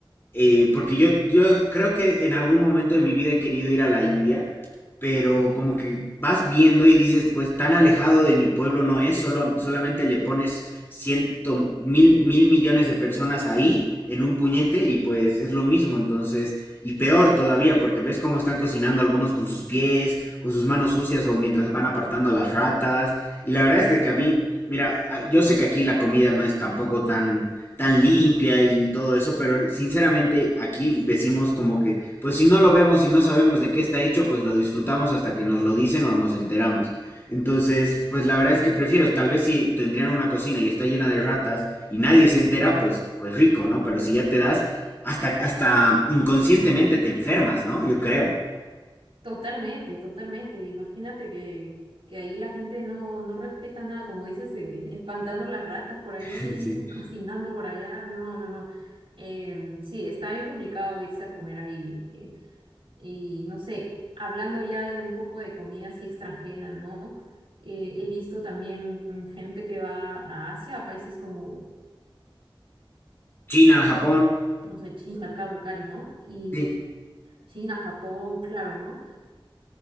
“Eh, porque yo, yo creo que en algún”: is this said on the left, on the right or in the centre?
Left